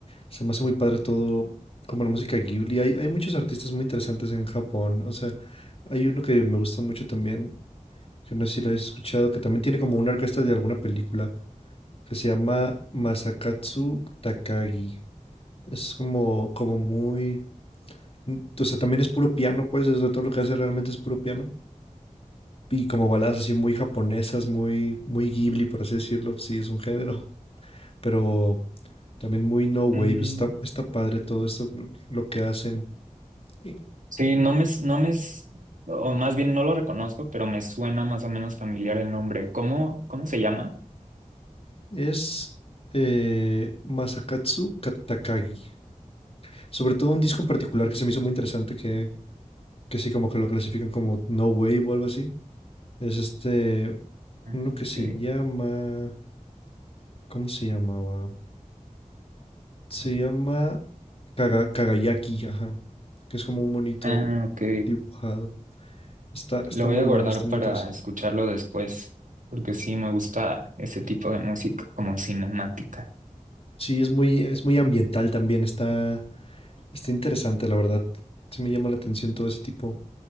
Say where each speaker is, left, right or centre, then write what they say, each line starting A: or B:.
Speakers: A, on the left; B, on the right.
A: se me hace muy padre todo, como la música Ghibli. Hay, hay muchos artistas muy interesantes en Japón. O sea, hay uno que me gusta mucho también, que no sé si lo habéis escuchado, que también tiene como una orquesta de alguna película, que se llama Masakatsu Takagi. Es como, como muy... Mm, O sea, también es puro piano, pues, o sea, todo lo que hace realmente es puro piano. Y como baladas así muy japonesas, muy, muy Ghibli, por así decirlo, sí, es un género, <laughs> pero también muy no wave,
B: Mm,
A: pues, está, está padre todo esto, mm, lo que hacen. Y
B: sí, no me, s- no me, s- o más bien no lo reconozco, pero me suena más o menos familiar el nombre. ¿Cómo, cómo se llama?
A: Es eh, Masakatsu Katakagi. Sobre todo un disco en particular que se me hizo muy interesante, que, que sí, como que lo clasifican como no wave o algo así. Es este,
B: Ah,
A: uno que
B: ok.
A: se llama, ¿cómo se llamaba? Se llama Kaga- Kagayaki, ajá, que es como un monito
B: Ah, ok.
A: dibujado. Está, está
B: Lo voy
A: muy
B: a
A: bueno,
B: guardar
A: está muy
B: para
A: interesante.
B: escucharlo después, porque sí me gusta ese tipo de música, como cinemática.
A: Sí, es muy, es muy ambiental también, está, está interesante, la verdad. Se me llama la atención todo ese tipo.